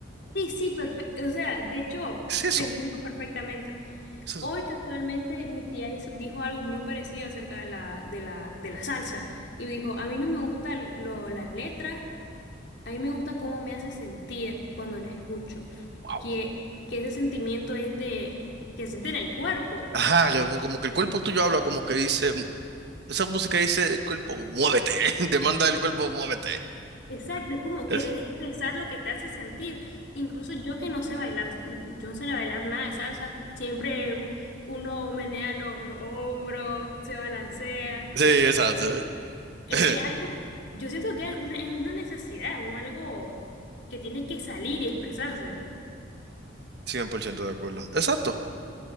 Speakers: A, on the left; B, on the right.
A: Sí, sí, perfecto. O sea, de hecho,
B: Es eso,
A: te entiendo perfectamente.
B: es eso.
A: Hoy casualmente mi tía hizo- dijo algo muy parecido acerca de la, de la, de la salsa. Y dijo, a mí no me gustan lo- las letras, a mí me gusta cómo me hace sentir cuando la escucho.
B: Wow.
A: Que, que ese sentimiento es de, que se siente en el cuerpo.
B: Ajá, que como como que el cuerpo tuyo habla, como que dice, esa música dice el cuerpo, muévete, <laughs> demanda del cuerpo, muévete.
A: Exacto, es como
B: Es-
A: querer expresar lo que te hace sentir. Incluso yo que no sé bailar, yo no sé bailar nada de salsa, siempre uno menea los, los hombros, se balancea,
B: Sí, exacto.
A: porque es,
B: <laughs>
A: es algo, yo siento que es una, es una necesidad, un algo que tiene que salir y expresarse.
B: cien por ciento de acuerdo. Exacto,